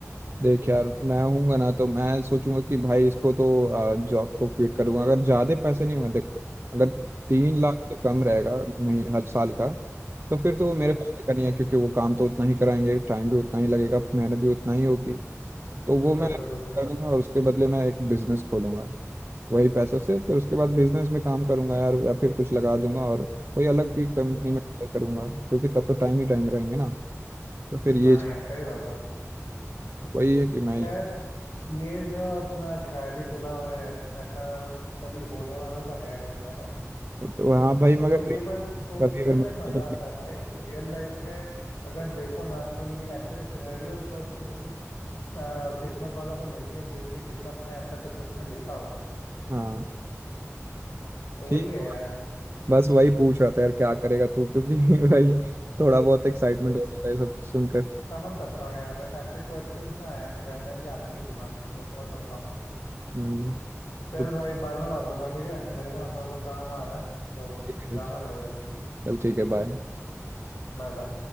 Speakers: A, on the right (about 40°); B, on the left (about 85°).
A: देख यार मैं होऊंगा ना तो मैं सोचूंगा कि भाई इसको तो जॉब को क्विट करूंगा अगर ज्यादा पैसे नहीं होंगे देख अगर तीन
B: हम्म
A: लाख से कम रहेगा मही- हर साल का तो फिर तो वो मेरे
B: हम्म
A: फायदे का नहीं है क्योंकि वो काम तो उतना ही कराएंगे टाइम भी उतना ही लगेगा मेहनत भी उतना ही होगी तो वो मैं
B: बिल्कुल बिल्कुल
A: कर दूंगा और उसके बदले मैं एक बिजनेस खोलूंगा वही पैसा से फिर उसके बाद बिजनेस में काम करूंगा यार या फिर कुछ लगा दूंगा और कोई अलग भी कंपनी
B: हम्म,
A: में ट्राई करूंगा क्योंकि तब तो टाइम ही टाइम रहेंगे ना तो फिर ये
B: हाँ यार सही बात है
A: वही है कि मैं
B: खैर ये जो अपना ख्याली पुलाव है ऐसा कभी होने वाला तो है नहीं है ना
A: तो हाँ भाई
B: तो
A: मगर
B: ये बस सोचने
A: अभी अगर मैं
B: में ही मजा
A: तो
B: आता है भाई रियल लाइफ में अगर देखो ना तो ये ऐसे सिनेरियोज बस उन्हीं अ, किस्मत वालों को मिलती है जिनके किस्मत में ऐसा कुछ सच में लिखा हो
A: हाँ
B: तो
A: ठीक
B: वही है यार
A: बस वही पूछ रहा था यार क्या करेगा तू क्योंकि <laughs> भाई थोड़ा बहुत एक्साइटमेंट
B: हम्म
A: हो जाता है ये सब सुनकर
B: समझ सकता हूँ यार ऐसे क्वेश्चंस ना रैंडमली आते ही हैं दिमाग में तो समझ सकता हूँ
A: हम्म
B: चल
A: तो
B: भाई बाद में बात करता हूँ ठीक है मेरे को ना थोड़ा सा काम आ रहा है तो
A: ठीक है,
B: जाना पड़ेगा अभी
A: चल ठीक है बाय
B: Bye bye